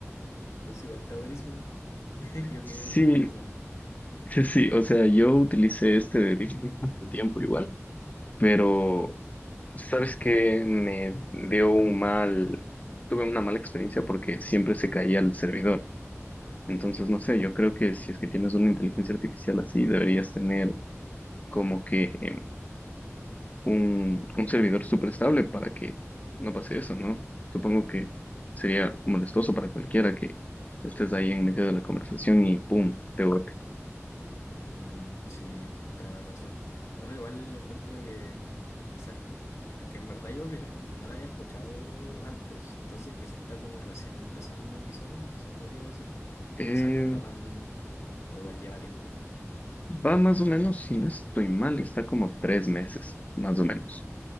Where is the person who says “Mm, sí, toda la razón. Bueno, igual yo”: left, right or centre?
Left